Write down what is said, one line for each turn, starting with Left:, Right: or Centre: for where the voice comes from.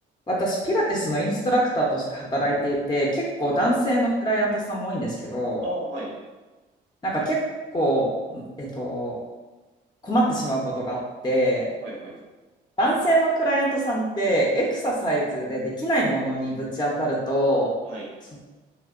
Left: 私、ピラティスのインストラクターとして働いていて、結構男性のクライアントさんも多いんですけど、
Right: あ、ああ、はい。
Left: なんか結構、えっと、困ってしまうことがあって、
Right: はい、はい。
Left: 男性のクライアントさんってエクササイズでできないものにぶち当たると、
Right: はい。
Left: その